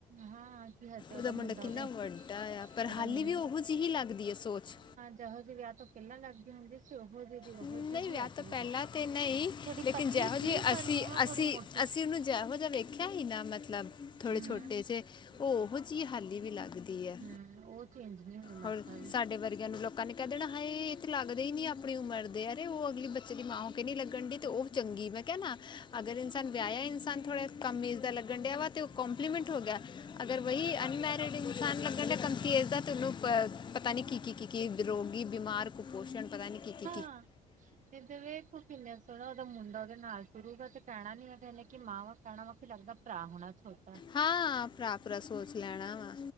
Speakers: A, on the right; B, on the left.
A: ਹਾਂ ਕੀ ਹਜੇ ਉਹਦਾ
B: ਓਦਾ ਮੁੰਡਾ ਕਿੰਨਾ
A: ਉਹਦੇ
B: ਵੱਡਾ ਆ ਪਰ
A: ਉਹਦਾ
B: ਹਾਲੀ
A: ਮੁੰ
B: ਵੀ ਉਹੋ ਜਿਹੀ ਲੱਗਦੀ ਹੈ ਸੋਚ
A: ਜੇ ਜੀਵਿਆਹ ਤੋਂ ਪਹਿਲਾਂ ਲੱਗਦੀ ਹੁੰਦੀ ਸੀ। ਉਹੋ ਜਿਹੀ ਵੀ ਉਹੋ
B: ਨਹੀਂ
A: ਜਿਹੀ ਵੀ
B: ਵਿਆਹ
A: ਅੱਜ
B: ਤੋਂ
A: ਵੀ
B: ਪਹਿਲਾਂ ਤੇ ਨਹੀਂ
A: ਥੋੜੀ
B: ਲੇਕਿਨ
A: ਪਤਲੀ
B: ਜਿਹੋ
A: ਸੀ
B: ਜਿਹੀ
A: ਪਰ
B: ਅਸੀਂ
A: ਹੁਣ ਥੋੜੀ
B: ਅਸੀਂ
A: ਮੋ
B: ਅਸੀਂ ਉਨੂੰ ਜਿਹੋ ਜਿਹਾ ਵੇਖਿਆ ਹੀ, ਨਾ ਮਤਲਬ ਥੋੜੇ
A: ਹਮ
B: ਛੋਟੇ ਜਿਹੇ, ਉਹੋ ਜਿਹੀ ਹਾਲੀ ਵੀ ਲੱਗਦੀ ਹੈ।
A: ਹਮ ਉਹ ਚੇਂਜ ਨਹੀਂ ਹੋਈ ਮਾਸਾ
B: ਹੋਰ
A: ਵੀ
B: ਸਾਡੇ ਵਰਗਿਆਂ ਨੂੰ ਲੋਕਾਂ ਨੇ ਕਹਿ ਦੇਣਾ ਹਾਏ। ਤੇ ਲੱਗਦੇ ਹੀ ਨੀ ਆਪਣੀ ਉਮਰ ਦੇ ਯਰੇ ਉਹ ਅਗਲੀ ਬੱਚੇ ਦੀ ਮਾਂ ਹੋ ਕੇ ਨੀ ਲੱਗਣ ਡ ਤੇ ਉਹ ਚੰਗੀ ਮੈਂ ਕਹਿਣਾ ਅਗਰ ਇਨਸਾਨ ਵਿਆਹ ਹੈ, ਇਨ ਸਾ ਨ ਥੋੜ੍ਹਾ ਕਮ ਏਜ਼ ਦਾ ਲੱਗਣ ਡਿਆ ਵ ਤਾਂ ਉਹ ਕੋਂਪਲੀਮੈਂਟ ਹੋ ਗਿਆ। ਅਗਰ ਵਹੀ ਅਨਮੈਰਿਡ ਇਨਸਾਨ ਲੱਗਣ ਡ ਕਮਤੀ ਏਜ ਦਾ ਤੇ ਉਹਨੂੰ ਪਤਾ ਨੀ ਕੀ ਕੀ ਕੀ, ਰੋਗੀ ਬਿਮਾਰ ਕੁਪੋਸ਼ਣ ਪਤਾ ਨਹੀਂ ਕੀਤੀ।
A: ਕਿਧਰੇ, ਉਹ ਕਿੰਨੇ ਸੋਹਣਾ ਉਹਦਾ ਮੁੰਡਾ ਉਹਦੇ ਨਾਲ ਤੁਰੂਗਾ ਤੇ ਕਹਿਣਾ, ਨੀ ਇਨੇ ਕਿ ਮਾਂ ਵਾਂ ਕਹਿਣਾ ਵਾ ਕੀ ਲੱਗਦਾ। ਭਰਾ ਹੋਣਾ ਛੋਟਾ,
B: ਹਾਂ ਭਰਾ ਪੂਰਾ ਸੋਚ ਲੈਣਾ ਵਾ